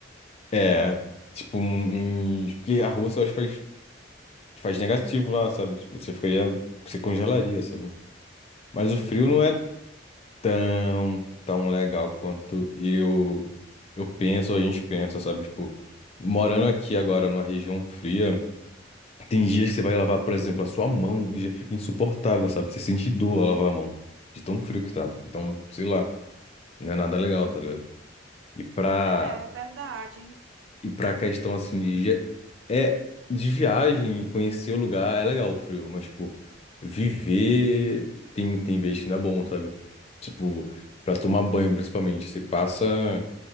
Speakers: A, on the left (about 35°); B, on the right (about 75°).
A: É, tipo, um- uns. Porque a Rússia, eu acho que faz. Faz negativo lá, sabe? Tipo, você ficaria, você congelaria, sabe? Mas o frio não é tão, tão legal quanto eu, eu penso, a gente pensa, sabe? Tipo, morando aqui agora numa região fria, tem dias que você vai lavar, por exemplo, a sua mão e já fica insuportável, sabe? Você sente dor ao lavar a mão, de tão frio que tá. Então, sei lá, não é nada legal, tá ligado? E pra
B: É, é verdade.
A: E pra questão assim de dia- é de viagem e conhecer o lugar é legal o frio, mas tipo, viver tem tem vezes que não é bom, sabe? Tipo, pra tomar banho principalmente, você passa